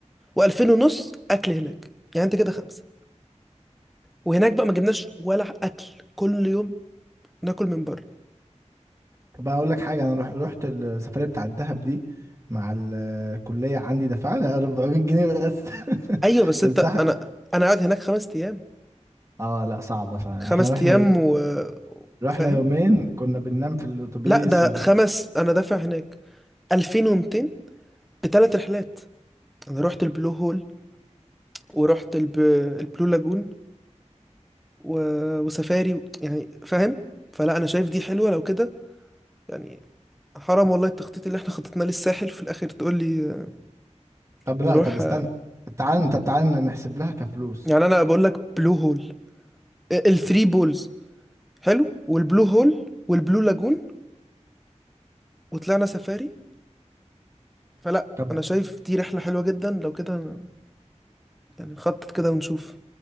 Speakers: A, in the centre; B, on the right.
A: و2000 ونص اكل هناك يعني انت كده خمسه وهناك بقى ما جبناش ولا اكل كل يوم ناكل من بره
B: طب انا اقول لك حاجه انا رح... رحت السفريه بتاع الدهب دي مع الكليه عندي دفعنا 400 جنيه بس
A: ايوه
B: <laughs>
A: بس
B: تضحك
A: انت انا انا قاعد هناك خمس ايام
B: اه لا صعبه فاحنا
A: خمس
B: رحنا
A: ايام و
B: رحنا
A: فاهم
B: يومين كنا بننام في الاتوبيس
A: لا ده
B: وال
A: خمس انا دافع هناك 2200 بثلاث رحلات انا رحت البلو هول ورحت الب... البلو لاجون و... وسفاري و... يعني فاهم فلا انا شايف دي حلوه لو كده يعني حرام والله التخطيط اللي احنا خططناه للساحل في الاخر تقول لي
B: طب
A: نروح
B: لا طب استنى طب تعالى طب تعالى نحسب لها كفلوس
A: يعني انا بقول لك بلو هول الثري بولز حلو والبلو هول والبلو لاجون وطلعنا سفاري فلا
B: طب
A: انا شايف دي رحله حلوه جدا لو كده يعني نخطط كده ونشوف